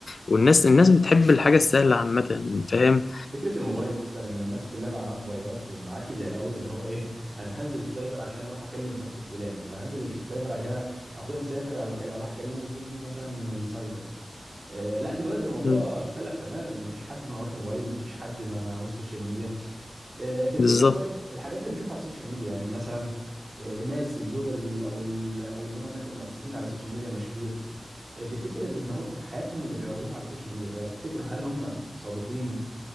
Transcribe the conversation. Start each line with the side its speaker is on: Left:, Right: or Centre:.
Left: والناس الناس بتحب الحاجة السهلة عامة فاهم
Right: فكرة الموبايل أصلا إن الناس كلها بقى معاها موبايلات وما عادش زي الأول اللي هو إيه <laughs> أنا هنزل السايبر عشان أروح أكلم الشخص الفلاني أنا هنزل الش- السايبر عشان أ- أخويا مسافر أكل- أروح أكلمه فيديو مثلا من السايبر آه لا دلوقتي الموضوع
Left: مم،
Right: اختلف تماما مفيش حد معهوش موبايل مفيش حد معهوش سوشيال ميديا آه تفتكر
Left: بالظبط
Right: طيب الحاجات اللي بتشوفها على السوشيال ميديا يعني مثلا آه، الناس البلوجرز ال- أو ال- أو اللي هم الناس المؤثرين على السوشيال ميديا المشاهير إيه، تفتكر ان هو حياتهم اللي بيعرضوها على السوشيال ميديا تع- تفتكر هل هم صادقين